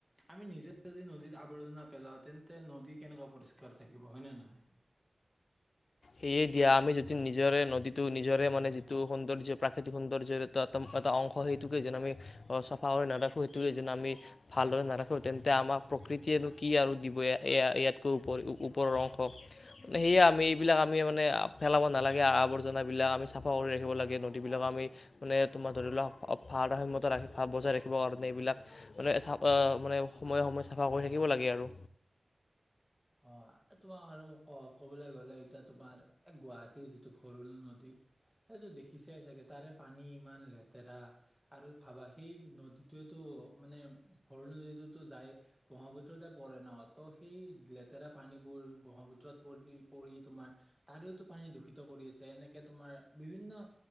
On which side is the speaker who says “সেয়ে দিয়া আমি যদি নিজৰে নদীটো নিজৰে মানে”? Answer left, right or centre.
Left